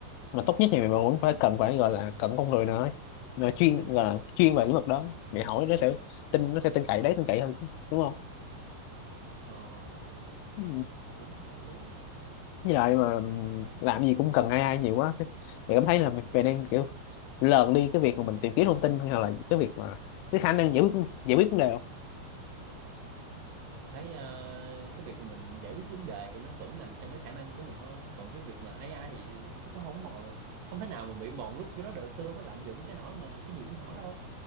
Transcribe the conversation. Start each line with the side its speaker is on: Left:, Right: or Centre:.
Left: mà tốt nhất thì mình vẫn phải cần phải gọi là cần con người nữa Nó chuyên gọi là chuyên về lĩnh vực đó để hỏi nó sẽ tin nó sẽ tin cậy đấy tin cậy hơn chứ, đúng không
Right: ờ
Left: ừ.
Right: cũng hợp lý
Left: với lại mà ừm, làm gì cũng cần ai ai nhiều quá thì cảm thấy là mình mình đang kiểu lờn đi cái việc mà mình tìm kiếm thông tin hay là cái việc mà cái khả năng giải quyết giải quyết vấn đề
Right: thấy ờ, cái việc mà mình giải quyết vấn đề thì nó vẫn nằm trong cái khả năng của mình thôi còn cái việc mà AI thì chắc cũng không mòn không thể nào mà bị mòn rút cái đó được tôi đâu có lạm dụng tới nỗi mà cái gì cũng hỏi đâu